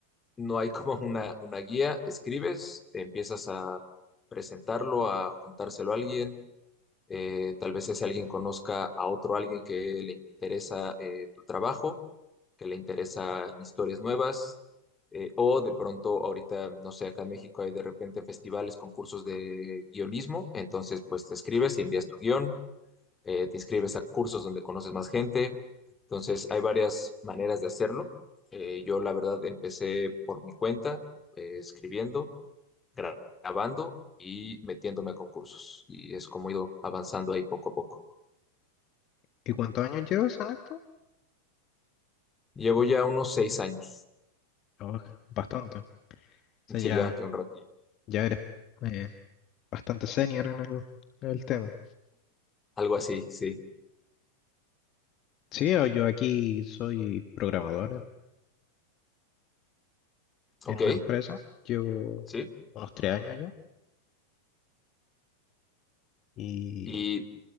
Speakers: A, on the left; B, on the left.
A: No hay como una, una guía, escribes, empiezas a presentarlo, a contárselo a alguien, eh, tal vez ese alguien conozca a otro alguien que le interesa eh, tu trabajo, que le interesan historias nuevas, eh, o de pronto ahorita, no sé, acá en México hay de repente festivales, concursos de guionismo, entonces pues te escribes y envías tu guión, eh, te inscribes a cursos donde conoces más gente. Entonces, hay varias maneras de hacerlo. Eh, yo, la verdad, empecé por mi cuenta, eh, escribiendo, gra- grabando y metiéndome a concursos. Y es como he ido avanzando ahí poco a poco.
B: ¿Y cuántos años llevas en esto?
A: Llevo ya unos seis años.
B: Oh, bastante. O sea,
A: Sí,
B: ya,
A: ya, ya un ratillo.
B: ya eres eh, bastante senior en el, en el tema.
A: Algo así, sí.
B: Sí, o yo aquí soy programador en, en
A: Ok,
B: una empresa. Llevo
A: sí.
B: unos tres años ya. Y
A: Y,